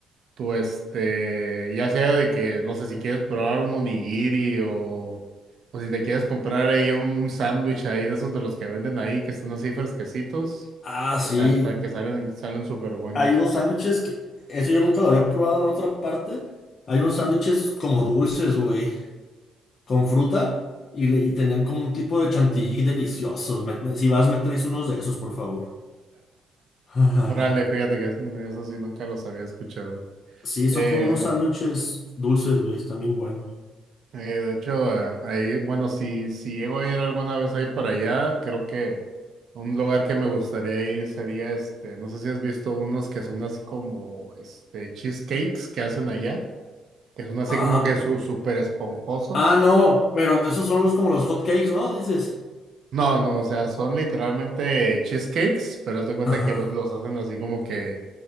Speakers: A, on the right (about 65°); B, on the left (about 45°).
A: tu este, ya sea de que, no sé si quieres probar un onigiri o, o si te quieres comprar ahí un sándwich ahí de esos de los que venden ahí, que están así fresquecitos,
B: Ah,
A: que,
B: sí.
A: sal- sal- que salen, salen súper buenos.
B: Hay unos sándwiches que, eso yo nunca lo había probado en otra parte. Hay unos sándwiches como dulces, güey, con fruta y, le- y tenían como un tipo de chantilly deliciosos. Me- me- si vas, me traes unos de esos, por favor. <laughs>
A: Órale, fíjate que es- eso sí, nunca los había escuchado.
B: Sí, son
A: Em,
B: como unos sándwiches dulces, güey, están bien buenos.
A: Eh, de hecho, eh, ahí, bueno, si, si llego a ir alguna vez ahí para allá, creo que un lugar que me gustaría ir sería este, no sé si has visto unos que son así como este cheesecakes que hacen allá, que son así
B: Ah,
A: como que su, súper esponjosos.
B: ah, no, pero esos son los como los hot cakes, ¿no? Dices.
A: No, no, o sea, son literalmente cheesecakes, pero haz de cuenta
B: Ajá.
A: que los, los hacen así como que,